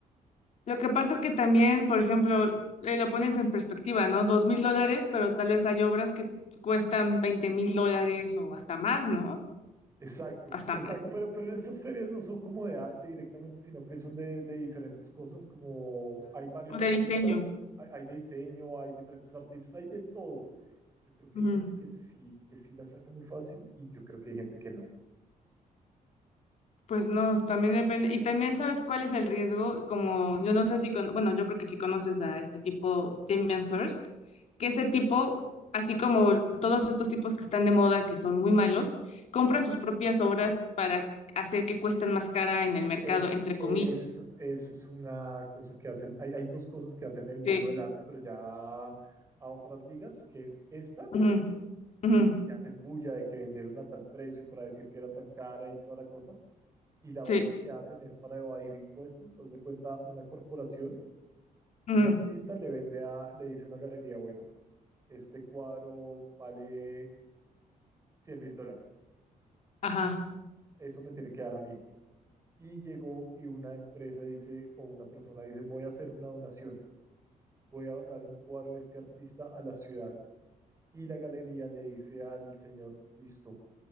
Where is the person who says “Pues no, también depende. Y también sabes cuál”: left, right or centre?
Left